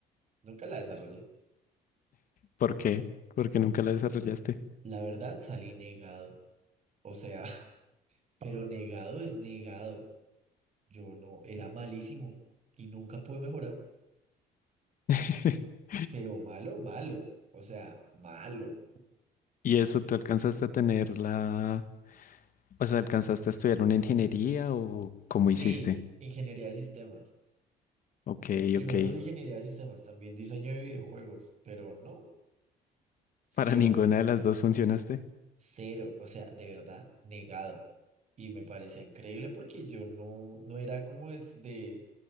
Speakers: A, on the right (about 40°); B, on the left (about 55°).
A: nunca la desarrollé.
B: ¿Por qué? Porque nunca lo desarrollaste.
A: La verdad salí negado. O sea, <laughs> pero negado es negado. Yo no, era malísimo y nunca pude mejorar,
B: <laughs>
A: pero malo, malo, o sea, malo.
B: ¿Y eso tú alcanzaste a tener la... O sea, ¿alcanzaste a estudiar una ingeniería o cómo
A: Sí,
B: hiciste?
A: ingeniería de sistemas.
B: Ok,
A: Y
B: ok.
A: no solo ingeniería de sistemas, también diseño de videojuegos, pero no, cero,
B: Para ninguna de las dos funcionaste.
A: cero, o sea, de verdad, negado. Y me parecía increíble porque yo no, no era como es de,